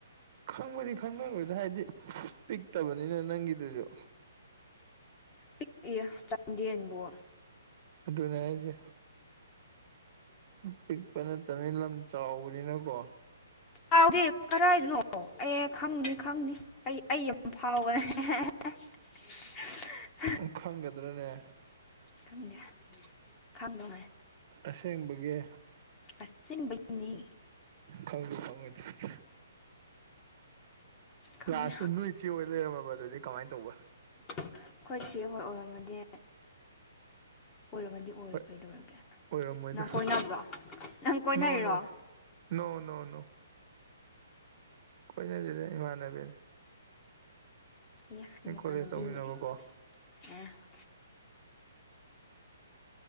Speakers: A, on the right; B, on the left.
A: ꯈꯪꯕꯗꯤ ꯈꯪꯅꯔꯣꯏꯗ ꯍꯥꯏꯗꯤ ꯄꯤꯛꯇꯕꯅꯤꯅ ꯅꯪꯒꯤꯗꯨꯁꯨ
B: ꯄꯤꯛꯏ ꯆꯥꯟꯗꯦꯜꯕꯨ
A: ꯑꯗꯨꯅꯦ ꯍꯥꯏꯖꯦ ꯄꯤꯛꯄ ꯅꯠꯇꯕꯅꯤ ꯂꯝ ꯆꯥꯎꯕꯅꯤꯅꯀꯣ
B: ꯀꯥꯎꯗꯦ ꯀꯔꯥꯏꯗꯅꯣ ꯑꯦ ꯈꯪꯅꯤ ꯈꯪꯅꯤ ꯑꯩ ꯑꯩ ꯌꯥꯝ ꯐꯥꯎꯕꯅꯦ <unintelligible>
A: ꯎꯪ ꯈꯪꯒꯗ꯭ꯔꯅꯦ
B: ꯈꯪꯗꯦ ꯈꯪꯗꯧꯉꯥꯏ
A: ꯑꯁꯦꯡꯕꯒꯤ
B: ꯑꯁꯦꯡꯕꯒꯤꯅꯦ
A: ꯈꯪꯖꯨ ꯈꯪꯉꯣꯏꯗꯕꯗ
B: ꯈꯪꯗꯦ
A: ꯂꯥꯁꯇ ꯅꯣꯏ ꯆꯦ ꯑꯣꯏ ꯂꯩꯔꯝꯃꯕ ꯑꯗꯨꯗꯤ ꯀꯃꯥꯏꯅ ꯇꯧꯕ
B: ꯑꯩꯈꯣꯏ ꯆꯦꯍꯣꯏ ꯑꯣꯏꯔꯝꯃꯗꯤ ꯑꯣꯏꯔꯝꯃꯗꯤ ꯑꯣꯏꯔꯦ
A: ꯍꯣꯏ
B: ꯀꯩꯗꯧꯔꯒꯦ
A: ꯑꯣꯏꯔꯝꯃꯣꯏꯗ
B: ꯅꯪ ꯀꯣꯏꯅꯕ꯭ꯔꯣ ꯅꯪ ꯀꯣꯏꯅꯔꯤꯔꯣ
A: ꯅꯣ ꯅꯣ ꯅꯣ ꯅꯣ ꯅꯣ ꯀꯣꯏꯅꯗꯦꯗ ꯏꯃꯥꯟꯅꯕꯤꯅꯦ
B: ꯑꯦ
A: ꯑꯩ
B: ꯏꯃꯥꯟꯅꯕꯤ
A: ꯀꯣꯂꯦꯖ ꯇꯧꯃꯤꯟꯅꯕꯀꯣ
B: <unintelligible>